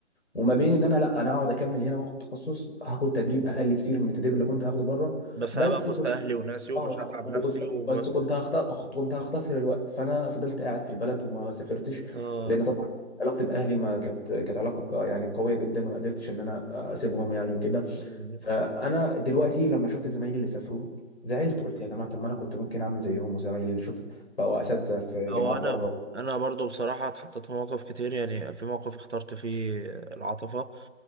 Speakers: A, on the left (about 55°); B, on the right (about 70°).
A: وما بين ان انا لا انا اقعد اكمل هنا واخد تخصص هاخد تدريب اقل كتير من التدريب اللي كنت هاخده بره
B: بس
A: بس
B: هبقى في
A: كنت
B: وسط أهلي وناسي ومش
A: اه
B: هتعب
A: وكنت
B: نفسي
A: بس
B: وما
A: كنت هخت... كنت هختصر الوقت فانا فضلت قاعد في البلد وما سافرتش
B: آه.
A: لان طبعا علاقتي باهلي ما كانت كانت علاقه ق- يعني قويه جدا وما قدرتش ان انا اسيبهم يعني وكده
B: مم.
A: فانا دلوقتي لما شفت زمايلي اللي سافروا زعلت قلت يا جماعه طب ما انا كنت ممكن اعمل زيهم وزمايلي اللي شوف بقوا اساتذه في
B: هو
A: جامعات بره
B: انا انا برضو بصراحه اتحطيت في مواقف كتير يعني في موقف اخترت فيه العاطفه